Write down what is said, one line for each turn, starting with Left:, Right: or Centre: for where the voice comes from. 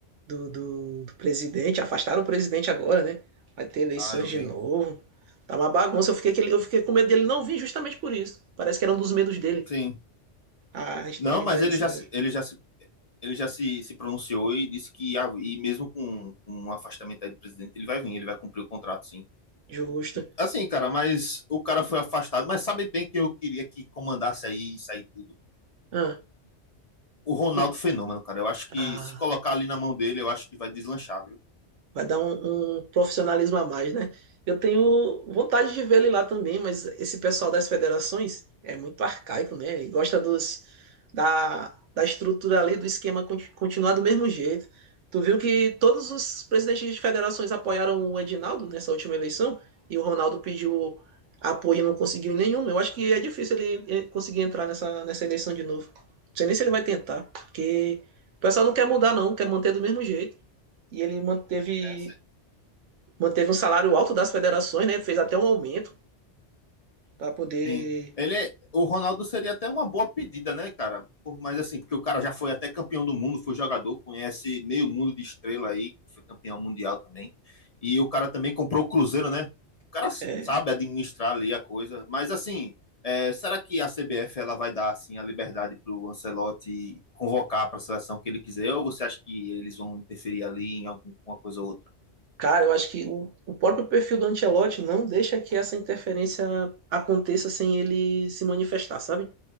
Right: do, do, do presidente, afastaram o presidente agora, né? Vai ter eleições
Left: Ah, eu vi.
Right: de novo. Tá uma bagunça, eu fiquei, que ele- eu fiquei com medo dele não vir justamente por isso. Parece que era um dos medos dele,
Left: Sim.
Right: a instabilidade
Left: Não, mas ele
Right: na CBF.
Left: já, ele já, ele já se, se pronunciou e disse que, ah, e mesmo com, com um afastamento aí do presidente, ele vai vir, ele vai cumprir o contrato, sim.
Right: Justo.
Left: Assim, cara, mas o cara foi afastado, mas sabe bem que eu queria que comandasse aí isso aí tudo.
Right: Ah,
Left: O Ronaldo
Right: o,
Left: Fenômeno, cara. Eu acho que
Right: ah,
Left: se colocar ali na mão dele, eu acho que vai deslanchar, viu?
Right: Vai dar um, um profissionalismo a mais, né? Eu tenho vontade de ver ele lá também, mas esse pessoal das federações é muito arcaico, né? E gosta dos, da, da estrutura ali, do esquema conti- continuar do mesmo jeito. Tu viu que todos os presidentes de federações apoiaram o Edinaldo nessa última eleição e o Ronaldo pediu apoio e não conseguiu em nenhum. Eu acho que é difícil ele ele conseguir entrar nessa, nessa eleição de novo. Não sei nem se ele vai tentar, porque o pessoal não quer mudar, não, quer manter do mesmo jeito e ele manteve,
Left: É,
Right: manteve um salário alto das federações, né? Fez até um aumento para poder.
Left: Sim. Ele é- o Ronaldo seria até uma boa pedida, né, cara? Por, mas assim, porque o cara já foi até campeão do mundo, foi jogador, conhece meio mundo de estrela aí, que foi campeão mundial também. E o cara também comprou o Cruzeiro, né? O cara
Right: é,
Left: sabe administrar ali a coisa. Mas assim, é, será que a CBF ela vai dar assim a liberdade pro Ancelotti convocar para a seleção que ele quiser? Ou você acha que eles vão interferir ali em alguma coisa ou outra?
Right: Cara, eu acho que o, o próprio perfil do Ancelotti não deixa que essa interferência aconteça sem ele se manifestar, sabe?